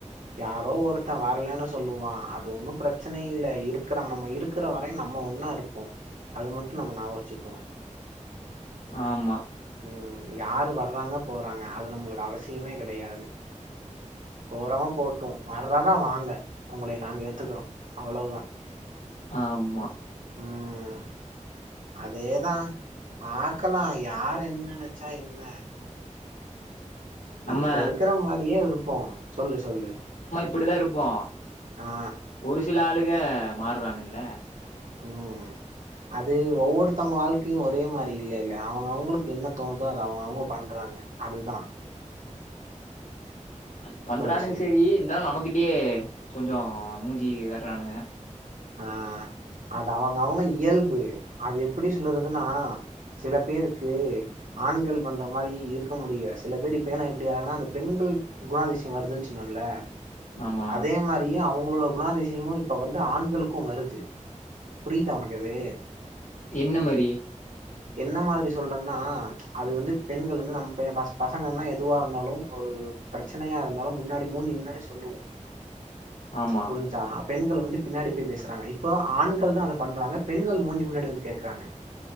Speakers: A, on the right; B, on the left.
A: யாரோ ஒருத்த வரலன்னு சொல்லுவா அது ஒன்னு பிரச்சன இல்ல இருக்கற நம்ம இருக்கற வரையு நம்ம ஒன்னா இருப்போ அது மட்டு நம்ம ஞாபம் வச்சுபோ
B: ஆமா
A: ம் யாரு வர்றாங்க போறாங்க அது நம்மளுக்கு அவசியமே கெடையாது போறவ போட்டு வர்றவ வாங்க உங்களை நாங்க ஏத்துக்குறோ அவ்ளோவுதா
B: ஆமா
A: உம் அதேதா பாக்கலா யார் என்ன நெனைச்சா என்ன
B: நம்ம
A: இப்ப இருக்கற மாரியே இருப் போ சொல்லு சொல்லு
B: அப்புடிதா இருப்போ
A: ஆ
B: ஒரு சில ஆளுக் ளுங்க மாறுறானுங்கள
A: உம் அது ஒவ்வொருத்தவங்க வாழ்க் க்கு ஒரே மாரி இல்லேல்ல அவுங்கவுங்களுக்கு என்ன தோணுதோ அது அவுங்கவுங்க பண்றாங்க அதுதா
B: அது பண்றானுங்க
A: சொல்லு சொல்லு
B: செரி இருந்தாலு நமக்கிட் அப்டியே கொஞ்சோ மூஞ்சி கட்டுறானுங்க
A: ஆஹ் அது அவுங்கவுங்க இயல்பு அது எப்புடி சொல்றதுன்னா சில பேருக்கு ஆண்கள் பண்ற மாரியே இருக்க முடியல சில பேர் இப்ப எல்லா எப்புடி ஆறாங்கன்னா அந்த பெண்கள் குணாதிசயோ வருதுன்னு சொன்னேன்ல
B: ஆமா.
A: அதே மாரி அவுங்களோட குணாதிசிய நிச்சயமா இப்ப வந்து ஆண்களுக் க்கும் வருது புரியுதா உனக்கு அது
B: என்ன மாரி
A: என்ன மாதிரி சொல்றன்னா அது வந்து பெண்கள் வந்து நம்ம பசங்கனா எதுவா இருந்தாலு ஒரு பிரச்சனையா இருந்தாலு முன்னாடி மூஞ்சு முன்னாடி சொல்லுவோ
B: ஆமா.
A: புரிஞ்சிச்சா பெண்கள் வந்து பின்னாடி போயி பேச இப்போ ஆண்கள் தா அதப் பண்றாங்க பெண்கள் மூஞ்சு முன்னாடி வந்து கேக்கறாங்க